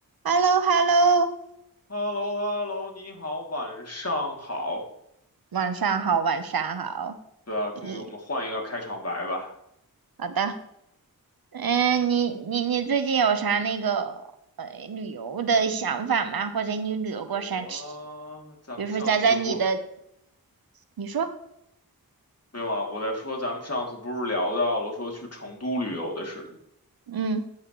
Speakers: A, on the right; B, on the left.
A: h e l l o h e l l o
B: h e l l o h e l l o 你好，晚上好。
A: 晚上好，晚上好。
B: 对啊，终于我们换一个开场白吧。
A: 咦，好的。嗯，你你你最近有啥那个呃旅游的想法吗？或者你旅游过啥吃？
B: 有啊，咱们上次不是，
A: 比如说讲讲你的，你说，
B: 没有啊，我在说咱们上次不是聊到了说去成都旅游的事情。
A: 嗯，